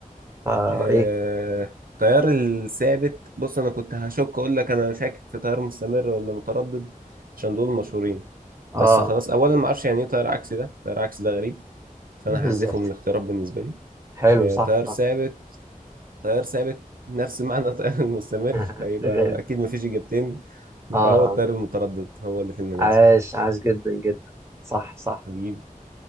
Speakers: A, on the right (about 20°); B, on the right (about 80°).
A: فا
B: آه،
A: ايه
B: التيار الثابت بص انا كنت هشك اقول لك انا شاكك في تيار مستمر ولا متردد عشان دول مشهورين
A: اه
B: بس خلاص اولا ما اعرفش يعني ايه تيار عكسي ده تيار عكسي ده غريب فانا
A: بالظبط
B: هحذفه من الاختيارات بالنسبه لي
A: حلو
B: آه،
A: صح
B: تيار
A: صح
B: ثابت تيار ثابت نفس معنى التيار <laughs> المستمر
A: <laughs>
B: فيبقى
A: غير
B: اكيد ما فيش اجابتين يبقى
A: اه
B: هو التيار
A: آه.
B: المتردد هو اللي في المنازل
A: عاش عاش جدا جدا صح صح
B: هجيب